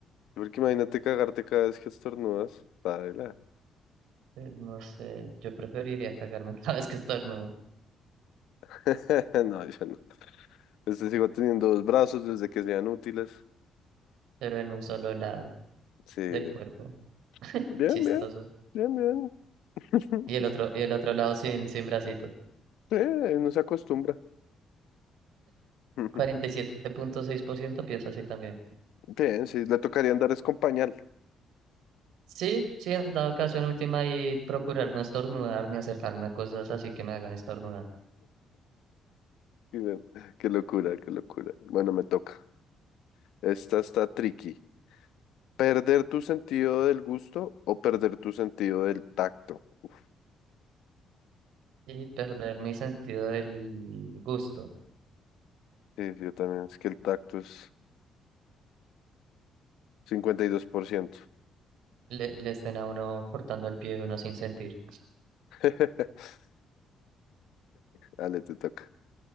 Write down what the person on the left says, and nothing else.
porque imagínate cagarte cada vez que estornudas. Paila.
<laughs> No, yo no. Este sigo teniendo dos brazos desde que sean útiles.
Sí.
Bien,
bien. Bien, bien. <laughs>
Sí, no se acostumbra. <laughs>
Bien, sí, le tocaría andar es con pañal.
<laughs> Qué qué locura, qué locura. Bueno, me toca. Esta está tricky. ¿Perder tu sentido del gusto o perder tu sentido del tacto? Uf,
sí, yo también. Es que el tacto es 52%.
<laughs> Dale, te toca.